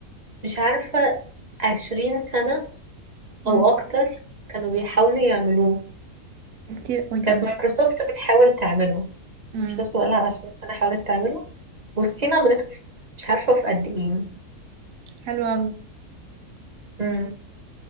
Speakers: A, on the right; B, on the right.
A: مش عارفة عشرين سنة
B: امم
A: او اكتر كانوا بيحاولوا يعملوه
B: كتير قدامك
A: كانت مايكروسوفت بتحاول تعمله
B: امم
A: مايكروسوفت بقالها عشرين سنة حاولت تعمله والصين عملته في- مش عارفة في قد ايه
B: حلو قوي
A: امم